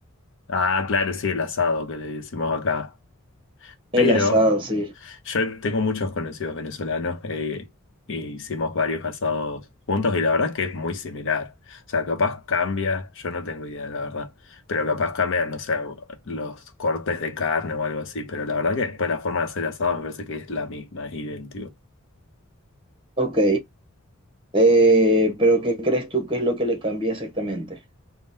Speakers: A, on the left; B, on the right.
A: Ah, claro, sí, el asado que le decimos acá. Pero
B: El asado, sí.
A: Yo tengo muchos conocidos venezolanos eh, e hicimos varios asados juntos y la verdad es que es muy similar. O sea, capaz cambia, yo no tengo idea, la verdad, pero capaz cambian no sé, los cortes de carne o algo así, pero la verdad que después la forma de hacer asado me parece que es la misma, es idéntico.
B: Ok. Eh, pero ¿qué crees tú que es lo que le cambia exactamente?